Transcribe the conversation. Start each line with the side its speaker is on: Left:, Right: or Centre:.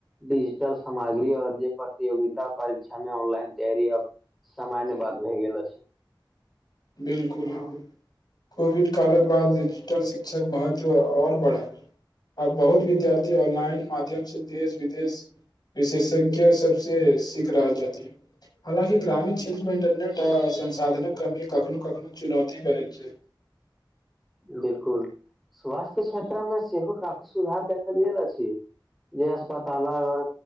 Centre: डिजिटल सामग्री आओर जे प्रतियोगिता परीक्षा मे ऑनलाइन तैयार अब सामान्य बात भय गेल अछि
Left: बिल्कुल कोविड कालक बाद डिजिटल शिक्षक महत्व आओर बढ़ल आ बहुत विद्यार्थी ऑनलाइन माध्यम से देश विदेश विशेषज्ञ सबसे सीख रहल छथि हालाँकि ग्रामीण क्षेत्र मे इंटरनेट संसाधन कमी कखनो कखनो चुनौती बनै छै
Centre: बिल्कुल स्वास्थ्य क्षत्रा मे सेहो काफी सुधार देखल गेल अछि जे अस्पताल आओर